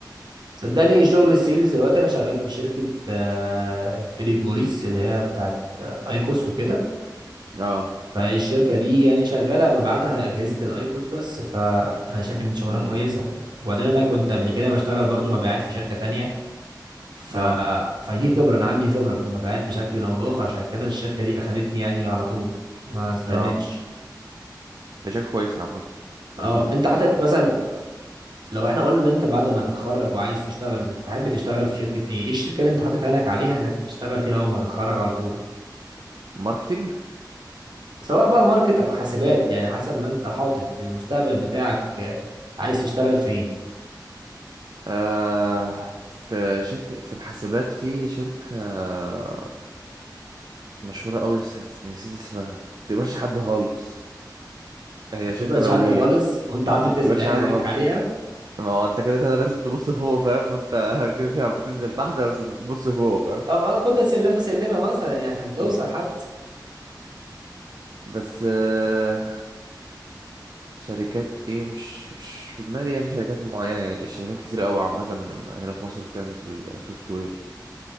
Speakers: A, on the right; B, on the right.
A: صدقني شغل السيلز دلوقتي انا شغال في شركة آه، فيليب موريس اللي هي بتاعت آه، ايكوس وكده
B: اه
A: فالشركة دي يعني شغالة مبيعاتها في أجهزة الأيكوس بس فأنا شايف إن شغلها
B: امم
A: كويسة وبعدين أنا كنت قبل كده بشتغل برضو مبيعات في شركة تانية ف...
B: اه
A: فدي خبرة أنا عندي خبرة في المبيعات بشكل أو بآخر عشان كده الشركة دي أخدتني يعني على طول ما استنتش
B: اه هي شركه كويسه عامه
A: اه انت حاطط مثلا لو احنا قلنا ان انت بعد ما تتخرج وعايز تشتغل تحب تشتغل في شركة ايه ايه الشركة اللي انت حاطط عينك عليها انك تشتغل فيها اول ما تتخرج على طول
B: ماركتينج
A: سواء بقى ماركت او حاسبات يعني حسب ما انت حاطط للمستقبل بتاعك آه، عايز تشتغل فين
B: آه في شركة في الحاسبات في شركة آه، مشهورة قوي بس نسيت اسمها ما بتقبلش حد خالص هي شركة
A: متبقاش
B: دولية
A: حد خالص وانت حاطط
B: ما بتقبلش
A: <laughs> عينك
B: حد خالص
A: عليها
B: ما هو انت كده كده لازم تبص فوق فاهم انت <laughs> كده كده بتنزل تحت بس تبص فوق
A: طب آه، خدها سلمة سلمة مثلا يعني عشان توصل
B: فاهم
A: حتى
B: بس آه، شركات ايه مش مش في دماغي يعني شركات معينة يعني الشركات كتير قوي عامة هنا في مصر بتعمل سوفت وير